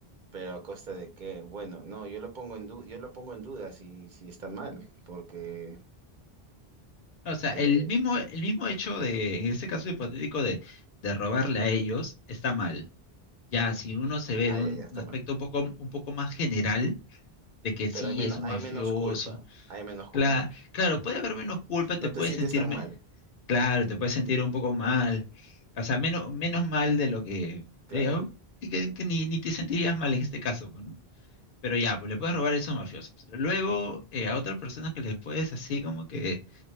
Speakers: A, on the right; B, on the left.
A: pero a costa de que, bueno, no, yo lo pongo en du- yo lo pongo en duda si, si está mal, porque,
B: O sea,
A: eh,
B: el mismo, el mismo hecho de, en este caso hipotético de, de robarle a ellos, está mal. Ya, si uno se ve
A: ah,
B: de un,
A: ya, ya está
B: un aspecto
A: mal.
B: un poco, un poco más general, de que sí
A: Pero hay menos,
B: es un
A: hay
B: mafioso,
A: menos culpa, hay menos culpa.
B: Cla- claro, puede haber menos culpa, te
A: No
B: puedes
A: te sientes
B: sentirme,
A: tan mal,
B: claro, te puedes sentir un poco mal, o sea, menos, menos mal de lo que,
A: claro,
B: eh, au- que, que- que ni, ni te sentirías mal en este caso, pues, ¿no? Pero ya, pues le puedes robar a esos mafiosos. Luego, eh, a otras personas que les puedes así como que,